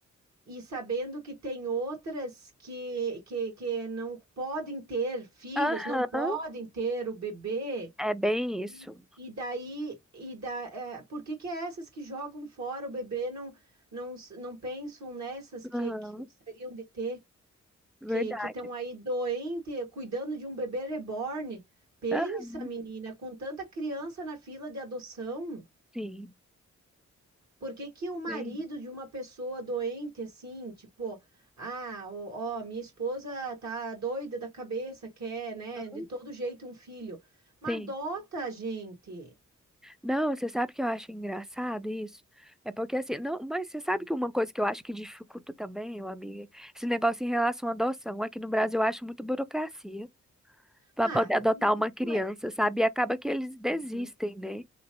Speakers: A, on the right; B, in the centre.
A: e sabendo que tem outras que, que, que não podem ter filhos,
B: Aham,
A: não podem ter o bebê.
B: é bem isso.
A: E, e daí, e da, é, por que que é essas que jogam fora o bebê não, não, s- não pensam nessas que,
B: Aham,
A: que gostariam de ter?
B: verdade.
A: que que estão aí doente, cuidando de um bebê reborn. Pensa,
B: Aham,
A: menina, com tanta criança na fila de adoção,
B: sim,
A: por que que o marido
B: bem.
A: de uma pessoa doente assim, tipo, ah, ó, ó, minha esposa tá doida da cabeça, quer, né,
B: Aham.
A: de todo jeito um filho. Mas
B: Sim.
A: adota, gente.
B: Não, você sabe que eu acho engraçado isso? É porque assim, não, mas você sabe que uma coisa que eu acho que dificulta também, ô amiga, esse negócio em relação à adoção, aqui no Brasil eu acho muito burocracia para
A: Ah,
B: poder adotar
A: i-
B: uma
A: isso
B: criança,
A: é.
B: sabe? E acaba que eles desistem,
A: Uhum.
B: né?